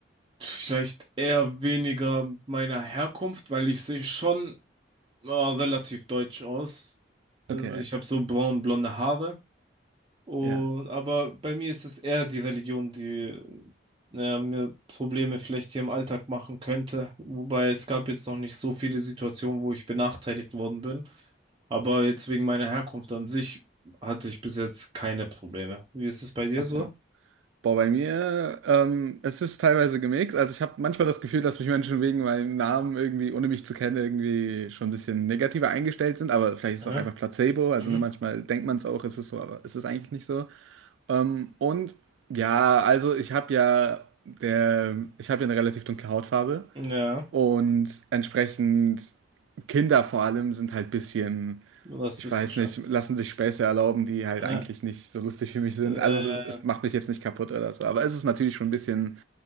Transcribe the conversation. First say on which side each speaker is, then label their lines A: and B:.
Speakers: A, on the right; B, on the right.
A: vielleicht eher weniger mit meiner Herkunft, weil ich sehe schon äh, relativ deutsch aus. Also
B: Okay,
A: ich habe so braun-blonde Haare. Und,
B: ja.
A: aber bei mir ist es eher die Religion, die äh, mir Probleme vielleicht hier im Alltag machen könnte. Wobei es gab jetzt noch nicht so viele Situationen, wo ich benachteiligt worden bin. Aber jetzt wegen meiner Herkunft an sich hatte ich bis jetzt keine Probleme. Wie ist es bei dir
B: Ach
A: so?
B: so. Boah, bei mir, ähm, es ist teilweise gemixt. Also ich habe manchmal das Gefühl, dass mich Menschen wegen meinem Namen irgendwie, ohne mich zu kennen, irgendwie schon ein bisschen negativer eingestellt sind. Aber vielleicht ist
A: Aha.
B: es auch einfach Placebo. Also
A: Mhm.
B: ne, manchmal denkt man es auch, es ist so, aber es ist eigentlich nicht so. Ähm, und ja, also ich habe ja der, ich habe ja eine relativ dunkle Hautfarbe
A: Ja,
B: und entsprechend Kinder vor allem sind halt bisschen,
A: rassistischer.
B: ich weiß nicht, lassen sich Späße erlauben, die halt
A: Ja.
B: eigentlich nicht so lustig für mich sind.
A: Äh,
B: Also es, es macht mich jetzt nicht kaputt oder so, aber es ist natürlich schon ein bisschen,